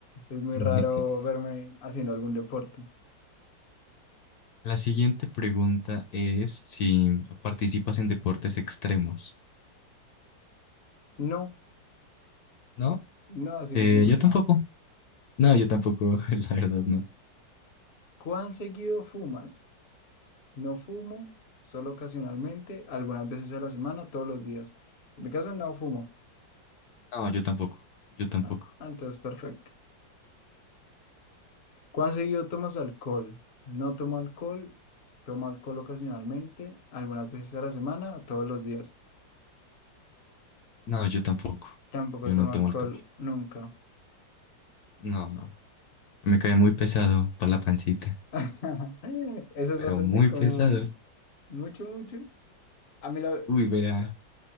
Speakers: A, on the left; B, on the left.
A: Es muy
B: <laughs>
A: raro verme haciendo algún deporte.
B: La siguiente pregunta es si participas en deportes extremos,
A: No,
B: ¿no?
A: no, así
B: Eh,
A: de simple.
B: yo tampoco,
A: <laughs>
B: No, yo tampoco, <laughs> la verdad, no.
A: ¿Cuán seguido fumas? No fumo, solo ocasionalmente, algunas veces a la semana, todos los días. En mi caso no fumo.
B: No, yo tampoco, yo tampoco.
A: Ah, entonces, perfecto. ¿Cuán seguido tomas alcohol? No tomo alcohol, tomo alcohol ocasionalmente, algunas veces a la semana, todos los días.
B: No, yo tampoco.
A: Tampoco
B: Yo
A: tomo
B: no tomo
A: alcohol
B: alcohol.
A: nunca.
B: No, no. Me cae muy pesado para la pancita,
A: <laughs> Eso es
B: pero
A: bastante
B: muy
A: común.
B: pesado.
A: Mucho, mucho. A mí lo...
B: Uy, vea.